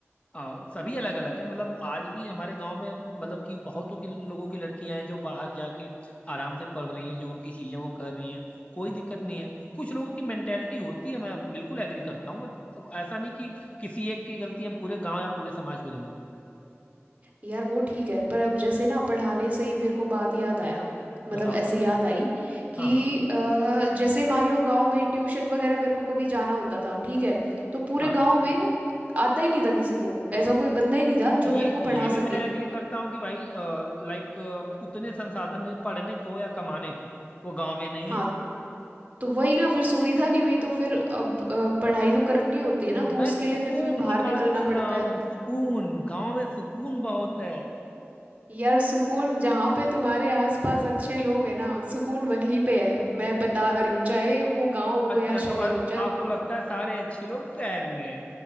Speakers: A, on the left; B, on the right.
A: अ, सभी अलग अलग है मतलब आज भी हमारे गांव में मतलब कि बहुतों की लोगों की लड़कियां हैं जो बाहर जाके आराम से पढ़ रही हैं जो उनकी चीजें वो कर रही हैं कोई दिक्कत नहीं है कुछ लोगों की मेंटेलिटी होती है मैं बिल्कुल एग्री करता हूँ बट ऐसा नहीं कि किसी एक की गलती हम पूरे गांव या पूरे समाज को देंगे
B: यार वो ठीक है पर अब जैसे ना पढ़ाने से ही मेरे को बात याद आया मतलब
A: बताओ
B: ऐसे याद आई कि
A: हाँ हाँ
B: अ, जैसे मान लो गांव में ट्यूशन वगैरह मेरे को कभी जाना होता था ठीक है तो पूरे
A: हाँ
B: गांव में आता ही नहीं था किसी को ऐसा कोई बंदा ही नहीं था
A: हाँ, ये
B: जो मेरे को
A: ये
B: पढ़ा
A: भी
B: सके
A: मैं एग्री करता हूँ कि भाई लाइक उतने संसाधन हैं पढ़ने को या कमाने को वो गांव में नहीं
B: हाँ
A: है
B: तो वही ना फिर सुविधा नहीं हुई तो फिर अब अ, पढ़ाई तो करनी होती है ना तो
A: मैं
B: उसके
A: सुकून
B: लिए फिर तुम्हें बाहर
A: की बात
B: निकलना
A: कर रहा
B: पड़ता
A: हूँ
B: है
A: सुकून गांव में सुकून बहुत है
B: यार सुकून जहाँ पे तुम्हारे आसपास अच्छे लोग हैं ना सुकून वहीं पे है मैं बता रही हूँ चाहे वो गांव हो
A: अच्छा
B: या
A: तो
B: शहर
A: आप
B: हो चाहे
A: आपको लगता है सारे अच्छे लोग शहर में हैं